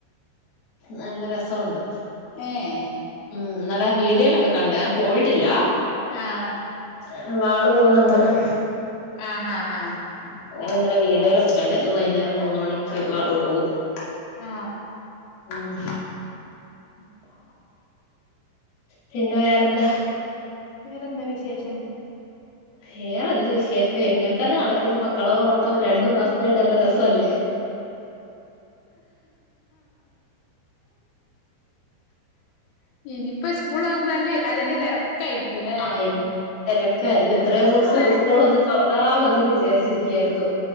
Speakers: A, on the left (about 55°); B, on the left (about 75°).
A: നല്ല രസോണ്ട്
B: ഏഹ്
A: ഉം ഇന്നലെ വിഡിയോയിൽ ഒക്കെ കണ്ട് ഞാൻ പോയിട്ടില്ല
B: ആഹ്
A: ഏഹ് വാളു പോന്ന അമ്പലം
B: ആ ആ ആ
A: <unintelligible>
B: ആ
A: ഉം
B: <inaudible>
A: പിന്നെ വേറെ എന്താ
B: വേറെയെന്താ വിശേഷം
A: വേറെ എന്ത് വിശേഷം ഇങ്ങനെത്തന്നെ നടക്കുന്നു കിടന്ന് ഓട്ടം രണ്ട് മാസമായിട്ട് നല്ല രസം അല്ലേ
B: ഇനി ഇപ്പോ സ്കൂൾ തുറന്നാലേ അതിന്റെ തിരക്ക് രക്കായിരിക്കും അല്ലേ
A: ആഹ് ഇനി തിരക്കായിരിക്കും ഇത്രയും ദിവസം ഇസ്ക്കൂൾ ഒക്കെ തുറന്ന് ന്നാമതി എന്ന് വിചാരിച്ചിരിക്കുകയായിരുന്നു